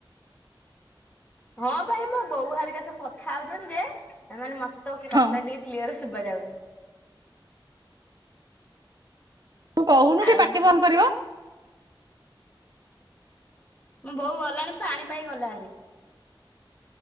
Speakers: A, on the left; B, on the right.
A: ହଁ ପାଇବ ବୋଉ ହରିକା ସବୁ କଥା ହଉଛନ୍ତି ଯେ ସେମାନେ ମ ତ କି
B: ହଁ
A: କଥାଟ ଟିକେ କ୍ଲିୟର ଶୁବାଯାଉନି।
B: ତୁ କହୁନୁ
A: ଆଉ
B: ଟିକେ ପାଟି ବନ୍ଦ କରିବ।
A: ମୁଁ ବୋଉ ଗଲାଣି ପାଣି ପାଇଁ ଗଲାଣି।